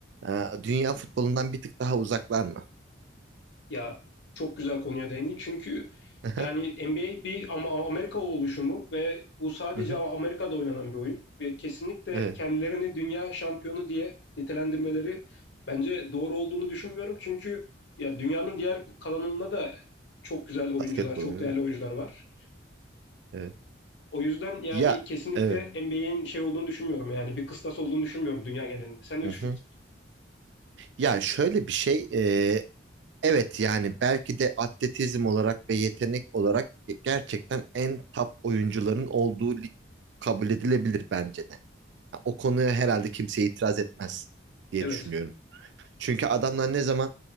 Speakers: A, on the right; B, on the left.
A: e, dünya futbolundan bir tık daha uzaklar mı?
B: Ya çok güzel konuya değindin. Çünkü
A: <laughs>
B: yani NBA bir ama Amerika oluşumu ve bu sadece
A: Hı hı.
B: Amerika'da oynanan bir oyun ve kesinlikle
A: Evet.
B: kendilerini dünya şampiyonu diye nitelendirmeleri bence doğru olduğunu düşünmüyorum. Çünkü ya dünyanın diğer kalanında da çok güzel oyuncular,
A: Basketbol
B: çok
A: oynuyor.
B: değerli oyuncular var.
A: Evet.
B: O yüzden yani
A: Ya
B: kesinlikle
A: evet.
B: NBA'in şey olduğunu düşünmüyorum yani bir kıstas olduğunu düşünmüyorum dünya genelinde. Sen ne
A: Hı
B: düşünüyorsun?
A: hı. Ya şöyle bir şey e, evet yani belki de atletizm olarak ve yetenek olarak ge- gerçekten en top oyuncuların olduğu lig kabul edilebilir bence de. Ha, O konuya herhalde kimse itiraz etmez diye
B: Evet,
A: düşünüyorum. Çünkü adamlar ne zaman